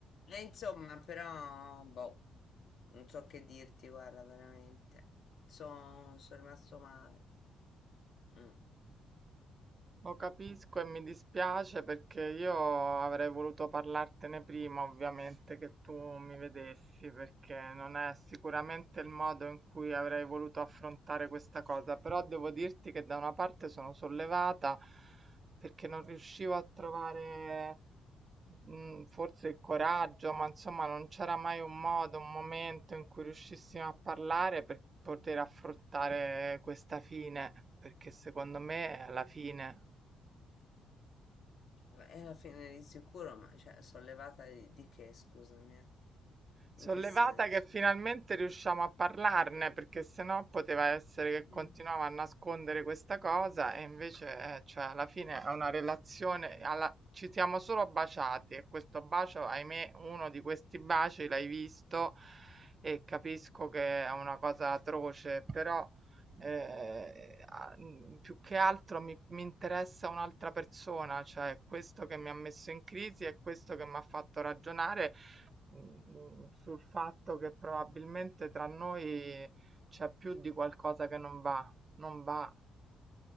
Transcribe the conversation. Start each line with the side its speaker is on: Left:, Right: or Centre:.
Left: E insomma, però, boh, non so che dirti, guarda, veramente. Sono rimasto male. Mm.
Right: Lo capisco e mi dispiace perché io avrei voluto parlartene prima, ovviamente, che tu mi vedessi, perché non è sicuramente il modo in cui avrei voluto affrontare questa cosa, però devo dirti che da una parte sono sollevata perché non riuscivo a trovare mm, forse il coraggio, ma insomma non c'era mai un modo, un momento in cui riuscissimo a parlare per poter affrontare questa fine, perché secondo me è la fine.
Left: Vabbè, e alla fine di sicuro, ma cioè, sono levata di, di che, scusami, eh?
Right: Sono
Left: In che
Right: levata
Left: senso?
Right: che finalmente riusciamo a parlarne, perché sennò poteva essere che
Left: Mm.
Right: continuava a nascondere questa cosa e invece, eh, cioè, alla fine è una relazione, alla- ci siamo solo baciati e questo bacio, ahimè, uno di questi baci l'hai visto e capisco che è una cosa atroce, però eh, a- m, più che altro mi, mi interessa un'altra persona, cioè questo che mi ha messo in crisi è questo che mi ha fatto ragionare mhmm, sul fatto che probabilmente tra noi c'è più di qualcosa che non va, non va.